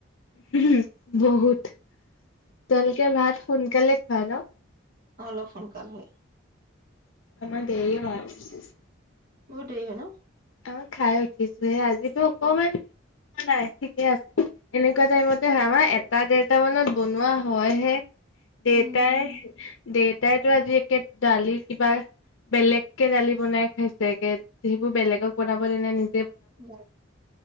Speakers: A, on the left; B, on the right.
A: ওমহো বহুত তোমলোকে ভাত সোনকালে খোৱা ন
B: অলল সোনকাল হয়
A: আমাৰ দেৰি হয়
B: বহুত দেৰি হয় ন
A: আ খাই উঠিছোহে আজিতো অকমান নাই ঠিকে আছে এনেকোৱা টাইমতে হয় আমাৰ এটা দেৰটা মানত বনোৱা হয় হে দেউটাই
B: উম
A: দে তাইতো আজি একে দালি কিবা বেলেগ কেে দালি বনাই খাইছে একে সেইবোৰ বেলেগক বনাব দিলে নিজ
B: ব